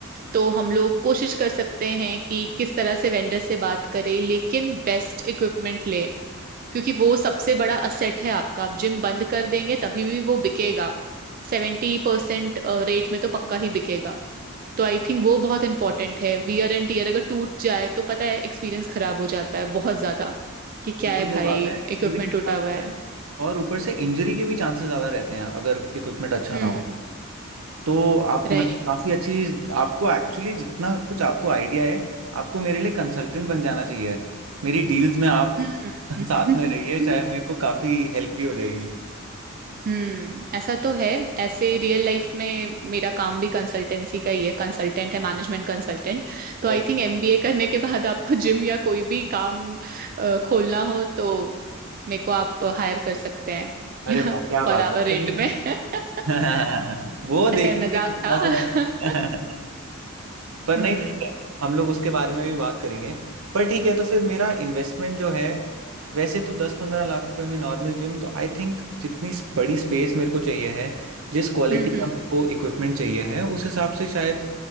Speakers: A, on the right; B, on the right.
A: तो हम लोग कोशिश कर सकते हैं कि किस तरह से वेंडर से बात करें लेकिन बेस्ट इक्विपमेंट ले क्योंकि वो सबसे बड़ा असेट है आपका आप जिम बंद कर देंगे तभी भी वो बिकेगा सेवेंटी परसेंट रेट में तो पक्का ही बिकेगा तो आई थिंक वो बहुत इंपॉर्टेंट है वियर एंड टीयर अगर टूट जाए तो पता है एक्सपीरियंस खराब हो जाता है बहुत ज्यादा कि क्या
B: बिल्कुल
A: है
B: सही
A: भाई
B: बात है एक्सपीरियंस
A: इक्विपमेंट टूटा
B: खराब
A: हुआ
B: होता
A: है
B: है और ऊपर से इंजरी के भी चांसेस ज़्यादा रहते हैं अगर इक्विपमेंट अच्छा
A: हम्म
B: ना हो तो आप
A: राइट
B: मतलब काफी अच्छी आपको एक्चुअली जितना कुछ आपको आइडिया है आपको मेरे लिए कंसल्टेंट बन जाना चाहिए मेरी डील्स में आप
A: हम्म
B: <laughs> साथ में रहिए
A: <laughs>
B: शायद मेरे को काफी हेल्प भी हो जाएगी
A: हम्म ऐसा तो है ऐसे रियल लाइफ में मेरा काम भी कंसल्टेंसी का ही है कंसल्टेंट है मैनेजमेंट कंसल्टेंट तो
B: अरे
A: आई
B: वाह
A: थिंक एमबीए करने के बाद आपको जिम या कोई भी काम अ, खोलना हो तो मेरे को आप हायर कर सकते हैं
B: अरे
A: <laughs>
B: वाह क्या
A: पर
B: बात
A: आवर
B: है <laughs> चलिए
A: रेट
B: ठीक
A: में <laughs>
B: है <laughs> वो देखिए
A: अच्छा ये मजाक
B: थोड़ा
A: था
B: सा
A: <laughs>
B: <laughs> पर
A: हम्म
B: नहीं ठीक है हम लोग उसके बारे में भी बात करेंगे पर ठीक है तो फिर मेरा इन्वेस्टमेंट जो है वैसे तो दस पंद्रह लाख रुपए में नॉर्मल जिम तो आई थिंक जितनी स- बड़ी स्पेस मेरे को चाहिए है जिस क्वालिटी
A: हम्म हम्म
B: का मेरे को इक्विपमेंट चाहिए है उस हिसाब से शायद